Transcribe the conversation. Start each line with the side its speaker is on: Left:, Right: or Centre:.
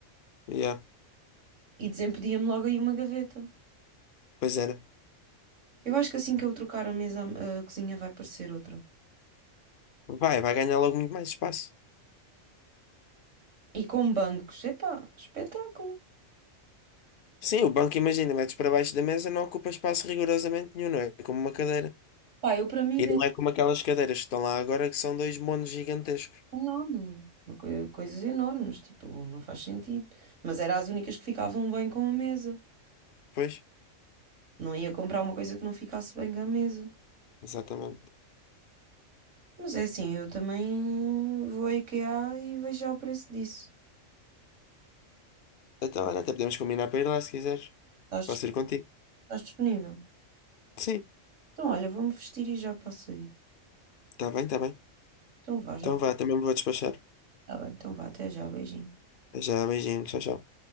Left: yeah,
Right: E desempedia-me logo aí uma gaveta.
Left: pois era.
Right: Eu acho que assim que eu trocar a mesa, a cozinha vai parecer outra.
Left: Vai, vai ganhar logo muito mais espaço.
Right: E com bancos, epá, espetáculo.
Left: Sim, o banco, imagina, metes para baixo da mesa, não ocupa espaço rigorosamente nenhum, não é como uma cadeira.
Right: Pá, eu para mim
Left: E
Right: vendo
Left: não é como aquelas cadeiras que estão lá agora que são dois monos gigantescos.
Right: enorme. Uma Coisas enormes, tipo, não faz sentido. Mas eram as únicas que ficavam bem com a mesa.
Left: Pois,
Right: Não ia comprar uma coisa que não ficasse bem com a mesa.
Left: exatamente.
Right: Mas é assim, eu também vou à IKEA e vejo já o preço disso.
Left: Então, olha, até podemos combinar para ir lá se quiseres.
Right: Estás,
Left: Posso
Right: dis-
Left: ir contigo?
Right: estás disponível?
Left: Sim,
Right: Então, olha, vou-me vestir e já passo aí.
Left: tá bem, tá bem.
Right: Então vá,
Left: Então
Right: já.
Left: vá, também me vou despachar.
Right: Tá bem, então vá, até já, beijinho.
Left: Já, beijinho, tchau, tchau.